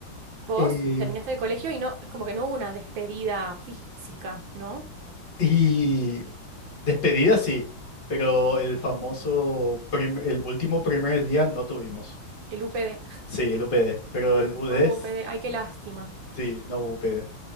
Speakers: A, on the right; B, on the left.
A: Vos
B: Eh,
A: terminaste el colegio y no, es como que no hubo una despedida física, ¿no?
B: y despedida sí, pero el famoso, prim- el último primer día no tuvimos.
A: El UPD, <laughs>
B: Sí, el UPD, pero
A: no,
B: el UD,
A: no hubo
B: s-
A: UPD, ay, qué lástima,
B: sí, no hubo UPD,